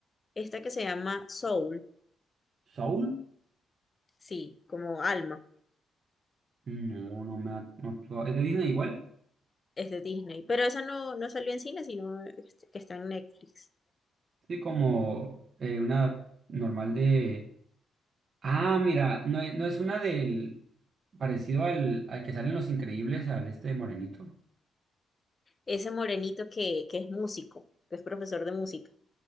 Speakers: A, on the left; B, on the right.
A: esta que se llama Soul,
B: ¿Soul?
A: sí, como Alma,
B: No, no me ha... no- no- ¿Es de Disney igual?
A: es de Disney, pero esa no, no salió en cine, sino este, que está en Netflix.
B: Sí, como eh, una normal de... Ah, mira, no, e- no es una del... Parecido al, al que salen Los Increíbles, al este de Morenito.
A: Ese morenito que, que es músico, que es profesor de música.